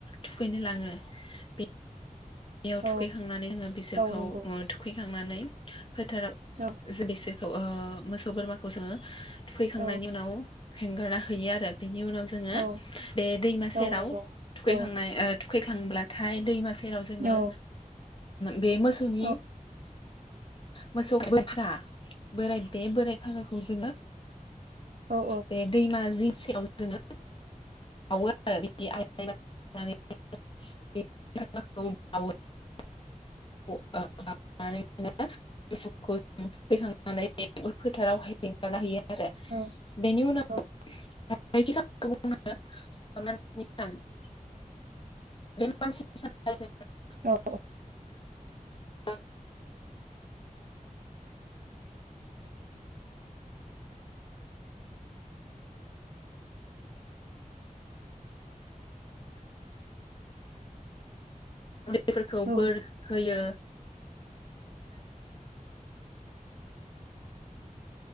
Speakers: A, on the left (about 35°); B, on the right (about 75°).
A: थुखैनो लाङो बे बेयाव
B: औ
A: थुखैखांनानै जोङो बिसोरखौ
B: औ नंगौ
A: ओ थुखैखांनानै फोथाराव
B: औ
A: बिसोरखौ औ मोसौ बोरमाखौ जोङो थुखैखांनायनि
B: औ
A: उनाव हेंगारना होयो आरो बेनि उनाव जोङो
B: औ
A: बे दैमा
B: औ
A: सेराव
B: नंगौ
A: थुखैखांनाय
B: औ
A: ओ थु खैखांब्लाथाय दैमा सेराव जोङो
B: औ
A: बे मोसौनि
B: औ
A: मोसौ <unintelligible> बोराय बे बोराय फागाखौ जोङो
B: औ
A: बे दैमा जिं सेराव जोङो बावो <unintelligible> <unintelligible> <unintelligible> आरो बेनि उनाव
B: औ नंगौ
A: <unintelligible> <unintelligible> बे मानसि <unintelligible>
B: औ।
A: <unintelligible> <unintelligible> <unintelligible> उन्दैफोरखौ
B: औ
A: बोर होयो। <unintelligible> <unintelligible>